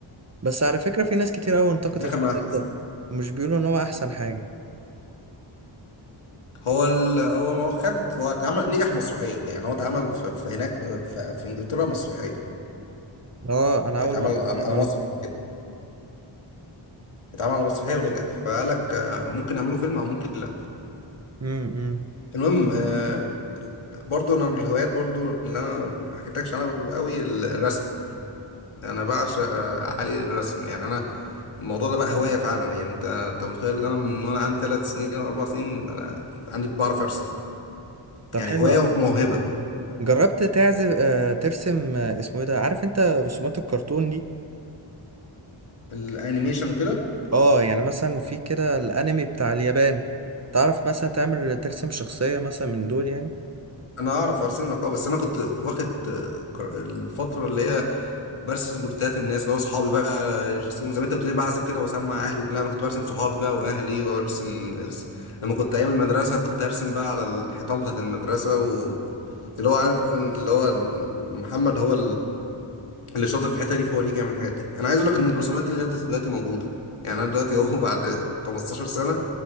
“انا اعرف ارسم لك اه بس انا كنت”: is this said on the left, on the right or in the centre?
Left